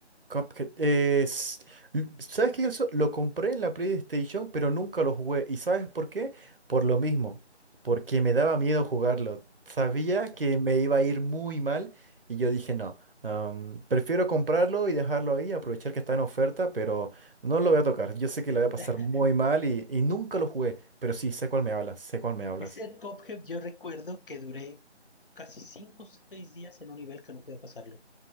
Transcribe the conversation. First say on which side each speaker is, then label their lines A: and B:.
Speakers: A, on the right (about 55°); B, on the left (about 50°).
A: Cuphead. eh, s- l- ¿sabes qué? Eso lo compré en la PlayStation, pero nunca lo jugué. ¿Y sabes por qué? Por lo mismo. Porque me daba miedo jugarlo. Sabía que me iba a ir muy mal y yo dije no. am, prefiero comprarlo y dejarlo ahí, aprovechar que está en oferta, pero no lo voy a tocar. Yo sé que lo voy a pasar
B: <laughs>
A: muy mal y, y nunca lo jugué, pero sí, sé cuál me hablas, sé cuál me hablas.
B: Ese Cuphead yo recuerdo que duré casi cinco o seis días en un nivel que no podía pasarlo.